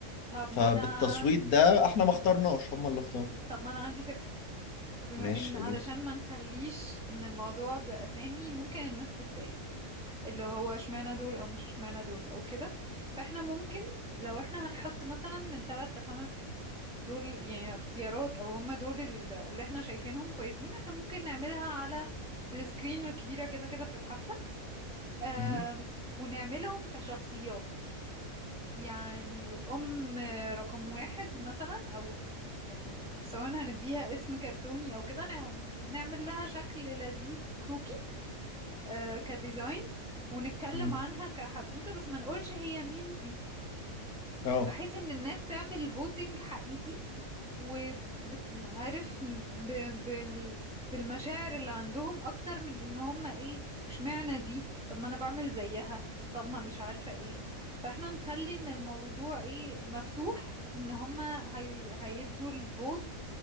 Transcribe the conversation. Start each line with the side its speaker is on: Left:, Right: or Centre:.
Centre: طب
Left: فبالتصويت
Centre: ما انا
Left: ده احنا ما اخترناش هم اللي اختاروا
Centre: طب ما انا عندي فكرة بما
Left: ماشي
Centre: ان
Left: قولي
Centre: علشان
Left: لي
Centre: ما نخليش ان الموضوع بأسامي ممكن الناس تتضايق اللي هو اشمعنى دول او مش اشمعنى دول او كده فاحنا ممكن لو احنا هنحط مثلا من ثلاث لخمس دول يعني اختيارات او هم دول ال- اللي احنا شايفينهم كويسين احنا ممكن نعملها على السكرين الكبيرة كده كده في الحفلة أم،
Left: مم.
Centre: ونعملهم كشخصيات يعني الأم رقم واحد مثلا أو يعني سواء هنديها اسم كرتوني أو كده نع- نعمل لها شكل لذيذ كروكي آه، كديزاين ونتكلم
Left: مم.
Centre: عنها كحدوتة بس ما نقولش هي مين دي
Left: اه
Centre: بحيث ان الناس تعمل فوتنج حقيقي وعارف ب... بال... بالمشاعر اللي عندهم اكتر من ان هم ايه واشمعنى دي طب ما انا بعمل زيها طب ما مش عارفة ايه فاحنا نخلي ان الموضوع ايه مفتوح ان هم هي... هيدوا الفوت